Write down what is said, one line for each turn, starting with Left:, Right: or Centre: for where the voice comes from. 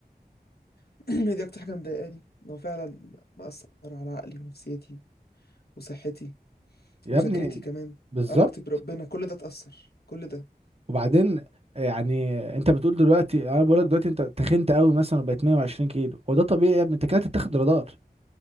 Left: <clears throat> هي دي اكتر حاجة مضايقاني ان هو فعلا مأثر على عقلي ونفسيتي وصحتي
Right: يا
Left: مذاكرتي
Right: ابني
Left: كمان
Right: بالظبط
Left: علاقتي بربنا كل ده اتأثر كل ده
Right: وبعدين يعني انت بتقول دلوقتي انا بقول لك دلوقتي انت تخنت قوي مثلا وبقت 120 كيلو هو ده طبيعي يا ابني انت كده هتتاخد رادار